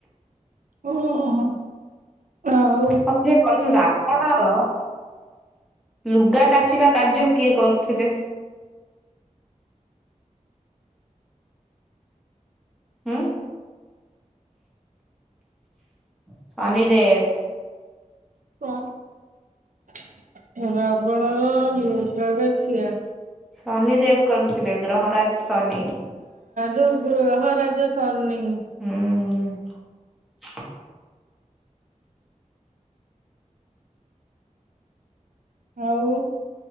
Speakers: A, on the right; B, in the centre.
A: ଓହୋ।
B: କ କହ ତୁ ରା ବଣର ଲୁଗା କାଚିବା କାର୍ଯ୍ୟ କିଏ କରୁଥିଲେ? ହୁଁ। ଶନିଦେବ।
A: କଣ ରାବଣର ଲୁଗାଗାଛିଆ
B: ଶନି ଦେବ କରୁଥିଲେ ଗ୍ରହରାଜ ଶନି।
A: ଯୋଉ ଗୃହରାଜ ସନି।
B: ହୁଁ।
A: ଆଉ